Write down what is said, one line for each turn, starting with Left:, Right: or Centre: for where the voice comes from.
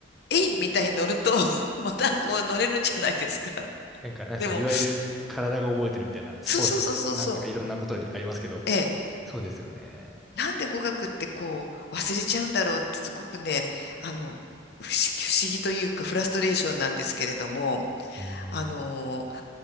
Left: えいみたいに乗ると、<laughs> またこう乗れるじゃないですか。
Centre: なんか、なんですかね、
Left: でも、
Centre: いわゆる体が覚えてるみたいな、スポーツとかな、
Left: そうそうそうそうそう。
Centre: なんかいろんなことにありますけど、
Left: ええ。
Centre: そうですよね。
Left: なんで語学ってこう、忘れちゃうんだろうってすごくね、あの、不思議、不思議というか、フラストレーションなんですけれども、
Centre: うー
Left: あの
Centre: ん。